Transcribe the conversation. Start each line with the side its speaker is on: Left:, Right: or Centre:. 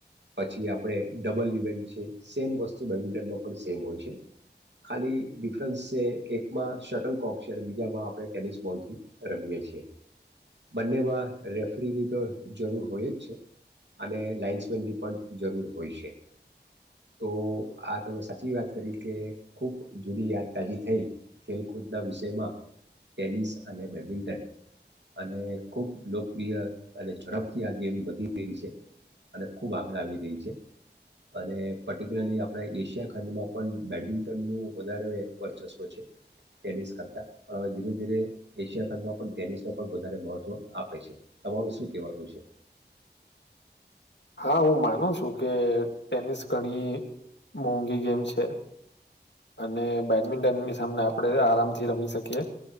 Right: પછી આપણે. ડબલ ઇવેન્ટ છે સેમ વસ્તુ બેડમિન્ટનમાં પણ સેમ હોય છે ખાલી ડિફરન્સ છે એકમાં શટલકોક છે અને બીજામાં આપણે ટેનિસ બોલથી રમીએ છીએ બંનેમાં રેફરીની તો જરૂર હોય જ છે. અને લાઇન્સમેનની પણ જરૂર હોય. શે. તો. આ તમે સાચી વાત કરી કે ખૂબ જૂની યાદ તાજી થઈ ખેલકૂદના વિષયમાં ટેનિસ અને બેડમિન્ટન અને ખૂબ લોકપ્રિય અને ઝડપથી આ ગેમ વધી રહી છે. અને ખૂબ આગળ આવી રહી છે. અને પર્ટિક્યુલરલી આપણે એશિયા ખંડમાં પણ બેડમિન્ટનનું વધારે વર્ચસ્વ છે ટેનિસ કરતાં પણ હવે, ધીરે ધીરે એશિયા ખંડમાં પણ ટેનિસને પણ વધારે મહત્વ આપે છે તમારું શું કહેવાનું છે.
Left: હા, હું માનું છું કે ટેનિસ ઘણી મોંઘી ગેમ છે. અને બેડમિન્ટનની સામને આપણે આરામથી રમી શકીએ